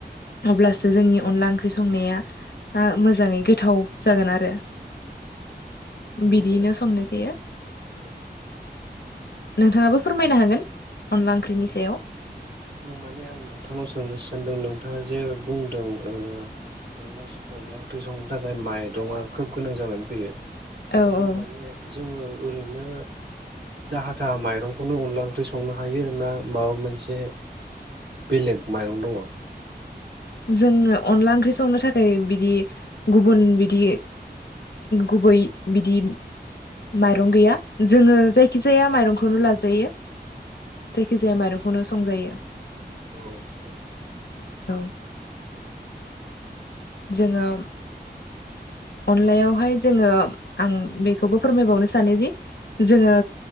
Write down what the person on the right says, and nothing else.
माने
ओ
औ
औ औ माने आं नोंथांनाव सोंनो सानदों नोंथाङा जे बुंदों ओ अनला अनला ओंख्रि संनो थाखाय माइरंआ खोब गोनां जानानै फैयो।
अब्ला
माने जोङो ओरैनो जाहा थाहा माइरंखौनो अनला ओंख्रि संनो हायो ना माबा मोनसे बेलेग माइरं दङ?
औ नंगौ
औ